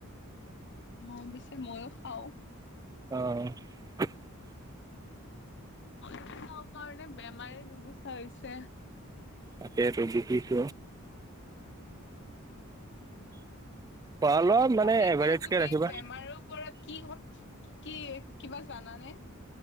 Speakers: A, on the left; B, on the right.
A: মই অৱশে মইয়ো খাওঁ।
B: অ'।
A: <unintelligible> খাওঁ কাৰণে বেমাৰে নুগুচা হৈছে।
B: তাকেইত, ভোগিছ। খোৱা লোৱা মানে
A: বাকী
B: এভাৰেজকে
A: কোৱা তুমি
B: ৰাখিবা।
A: বেমাৰৰ পৰাৰত কি ক কি কিবা জানানে?